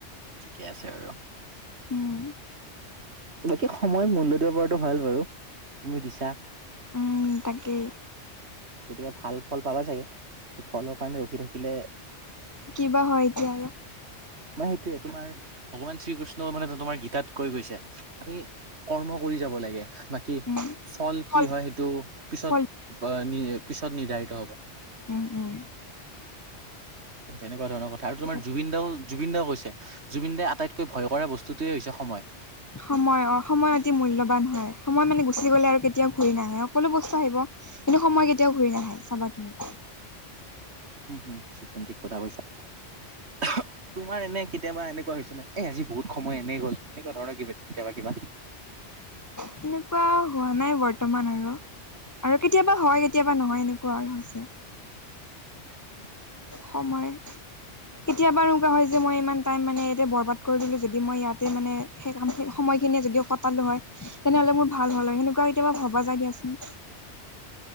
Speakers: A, on the right; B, on the left.
A: ঠিকে আছে বাৰু।
B: উম।
A: বাকী সময় মূল্যত দিব পৰাটো ভাল বাৰু, তুমি দিছা।
B: উম তাকে।
A: গতিকে ভাল ফল পাবা চাগে, এ ফলৰ কাৰণে ৰখি থাকিলে
B: কিবা হয় এতিয়া আৰু।
A: মই সেইটোৱে তোমাৰ ভগৱান শ্ৰীকৃষ্ণ মানে ত তোমাৰ গীতাত কৈ গৈছে আমি কৰ্ম কৰি যাব লাগে, বাকী
B: উম
A: চল
B: ফল
A: কি হয় সেইটো পিছত
B: ফল
A: আ নি পিছত নিৰ্ধাৰিত হ'ব।
B: উম উম
A: তেনেকুৱা ধৰণৰ কথা আৰু তোমাৰ
B: তাকে
A: জুবিন দাও জুবিন দাও কৈছে, জুবিন দা আটাইত কৈ ভয় কৰা বস্তুটোৱেই হৈছে সময়।
B: সময় অ সময় অতি মূল্যবান হয়, সময় মানে গুচি গলে আৰু কেতিয়াও ঘূৰি নাহে, সকলো বস্তু আহিব কিন্তু সময় কেতিয়াও ঘূৰি নাহে, চাবা তুমি।
A: উম হুম, চিক পেন ঠিক কথা কৈছা। অহ, তোমাৰ এনে কেতিয়াবা এনেকুৱা হৈছে নে এই আজি বহুত সময় এনেই গ'ল, এনেকুৱা ধৰণৰ কিবা কেতিয়াবা কিবা?
B: সেনেকুৱা হোৱা নাই বৰ্তমান আৰু। আৰু কেতিয়াবা হয়, কেতিয়াবা নহয় এনেকুৱা আৰু হৈছে।
A: <inaudible>
B: সময় কেতিয়াবা আৰু কিবা হয় যে মই ইমান টাইম মানে ইয়াতে বৰবাদ কৰি দিলোঁ, যদি মই ইয়াতে মানে সেই কামখিনি সময়খিনিয়ে যদিও কটালো হয়, তেনেহলে মোৰ ভাল হল হয় সেনেকুৱা কেতিয়াবা ভবা যায় দিয়াচোন।